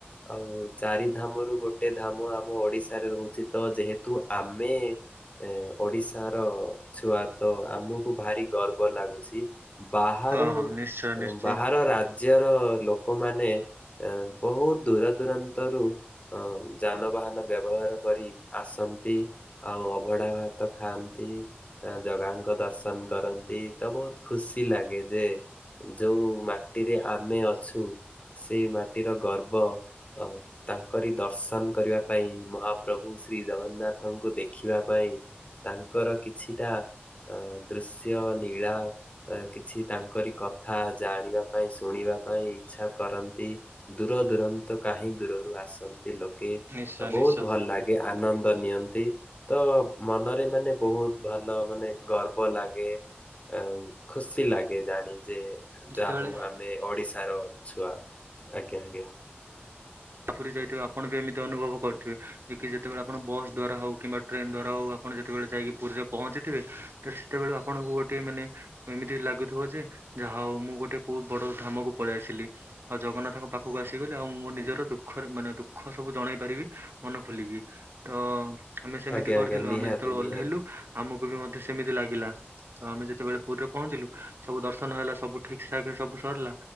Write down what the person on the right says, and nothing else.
ହଁ ହଁ ନିଶ୍ଚୟ ନିଶ୍ଚୟ
ନିଶ୍ଚୟ
ନିଶ୍ଚୟ
ଯେତେବେଳେ
ପୁରୀ ଯାଇଥିବେ ଆପଣ ବି ଏମିତି ଅନୁଭବ କରୁିଥିବେ, କି ଯେତେବେଳେ ଆପଣ ବସ୍ ଦ୍ଵାରା ହୋଉ କିମ୍ବା ଟ୍ରେନ୍ ଦ୍ଵାରା ହୋଉ ଆପଣ ଯେତେବେଳେ ଯାଇକି ପୁରୀରେ ପହଞ୍ଚିଥିବେ ତ ସେତେବେଳେ ଆପଣଙ୍କୁ ଗୋଟଏ ମାନେ ଏମିତି ଲାଗୁଥିବ ଯେ ଯାହା ହୋଉ ମୁଁ ଗୋଟେ କୋଉ ବଡ଼ ଧାମକୁ ପଳେଇ ଆସିଲି। ଆଉ ଜଗନ୍ନାଥଙ୍କ ପାଖକୁ ଆସିଗଲି, ଆଉ ମୁଁ ମୋ ନିଜର ଦୁ ଖରେ ମାନେ ଦୁଃଖ ସବୁ ଜଣେଇ ପାରିବି ମନ ଖୋଲିକି। ତ ଆମେ ସେମିତି
କରିଥିଲୁ
ଆମେ ଯେତେବେଳେ
ଓହ୍ଲେଇଲୁ ଆମକୁ ବି ମଧ୍ୟ ସେମିତି ଲାଗିଲା। ତ ଆମେ ଯେତେବେଳେ ପୁରୀରେ ପହଞ୍ଚିଲୁ ସବୁ ଦର୍ଶନ ହେଲା ସବୁ ଠିକ୍ ଠାକ୍ ରେ ସବୁ ସରିଲା।